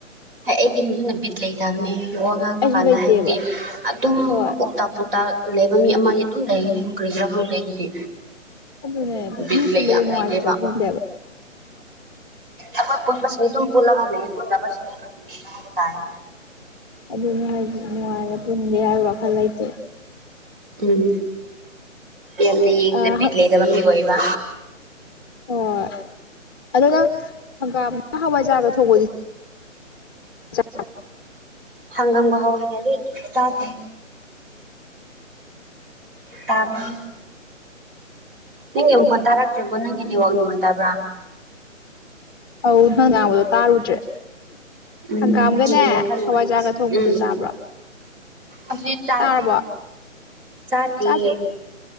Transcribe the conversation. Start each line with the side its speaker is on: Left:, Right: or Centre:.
Right: ꯍꯦ ꯑꯩꯗꯤ ꯃꯗꯨꯅ ꯕꯤꯠ ꯂꯩꯇꯕꯅꯤ ꯋꯥ ꯉꯥꯡꯕ
Left: ꯑꯩꯁꯨ
Right: ꯀꯥꯟꯗ
Left: ꯂꯩꯇꯦꯕ
Right: ꯍꯥꯏꯕꯗꯤ ꯑꯗꯨꯝ
Left: ꯍꯣꯏ
Right: ꯑꯣꯛ ꯇꯥꯛ ꯄꯥꯎꯇꯥ ꯂꯩꯕ ꯃꯤ ꯑꯃꯒꯤ ꯑꯗꯨꯝ ꯂꯩꯒꯅꯤ ꯀ꯭ꯔꯤꯒꯤꯔꯥ ꯈꯪꯗꯦ ꯑꯩꯒꯤꯗꯤ
Left: ꯑꯗꯨꯅꯦ
Right: ꯕꯤꯠ
Left: ꯃꯤ
Right: ꯂꯩ
Left: ꯄꯨꯟꯕꯖꯤ
Right: ꯌꯥꯝ
Left: ꯅꯨꯡꯉꯥꯏꯇꯔꯥ
Right: ꯂꯩꯇꯦꯕ
Left: ꯈꯪꯗꯦ ꯍꯥꯏꯕ
Right: ꯑꯈ‌ꯣꯏ ꯄꯨꯟꯕꯁꯤꯡꯗꯤ ꯑꯗꯨꯝ ꯄꯨꯜꯂꯒ ꯂꯩꯌ‌ꯦ ꯄꯨꯟꯗꯕ ꯁꯤꯡꯗꯣ ꯈꯔ ꯄꯨꯟꯁꯤꯜꯂꯛ ꯑ‌ꯣ ꯍꯥꯏꯕ ꯇꯥꯔꯦ
Left: ꯑꯗꯨꯅꯤ ꯍꯥꯏꯖꯦ ꯅꯨꯡꯉꯥꯏꯅ ꯄꯨꯟꯒꯦ ꯍꯥꯏꯕꯒꯤ ꯋꯥꯈꯜ ꯂꯩꯇꯦ
Right: ꯎꯝ ꯌꯥꯝꯅ ꯌꯦꯡꯇ
Left: ꯑ
Right: ꯕꯤꯠ
Left: ꯍ-
Right: ꯂꯩꯗꯕ ꯃꯤꯕꯨ ꯑꯣꯏꯕ
Left: ꯍ‌ꯣꯏ ꯑꯗ‌ꯨ ꯅ‌ꯪ ꯍꯪꯒꯥꯝꯒ ꯍꯋꯥꯏꯖꯥꯔꯒ ꯊꯣꯡꯕꯗꯤ <unintelligible>
Right: ꯍꯪꯒꯝꯒ ꯍꯋꯥꯏꯖꯔꯗꯤ ꯆꯥꯗꯔꯤ ꯇꯥꯕ꯭ꯔꯣ ꯅꯪꯒꯤꯃꯈ‌ꯣꯟ ꯇꯥꯔꯛꯇ꯭ꯔ‌ꯦꯕꯣ ꯅꯪꯒꯤ ꯅꯦꯋꯥꯛ ꯅꯨꯡꯉꯥꯏꯇꯕ꯭ꯔꯥ
Left: ꯑꯧ ꯅꯪ ꯉꯥꯡꯕꯗꯣ ꯇꯥꯔꯨꯗ꯭ꯔꯦ
Right: ꯎꯝ
Left: ꯍꯪꯒꯥꯝꯒꯅꯦ
Right: ꯅꯪꯒꯤ ꯅꯦꯠꯋꯥꯛ ꯈꯔ ꯅꯨꯡꯉꯥꯏ
Left: ꯍꯋꯥꯏꯖꯥꯔꯒ ꯊꯣꯡꯕꯗꯣ
Right: ꯎꯝ
Left: ꯆꯥꯕ꯭ꯔꯣ
Right: ꯑꯗꯨꯗꯤ ꯆꯥꯗꯔꯤ
Left: ꯇꯥꯔꯕꯣ
Right: ꯆꯥꯗ꯭ꯔꯤꯌꯦ
Left: ꯆꯥꯗ꯭ꯔꯤ